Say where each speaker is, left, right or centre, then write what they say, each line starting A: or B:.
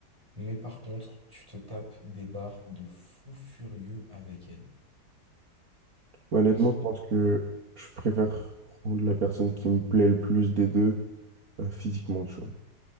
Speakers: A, on the right; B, on the right.
A: Mais par contre, tu te tapes des barres de fou furieux avec elle.
B: Bah, Honnêtement,
A: Qui?
B: je pense que je préfère prendre la personne qui me plaît le plus des deux euh, physiquement, tu vois.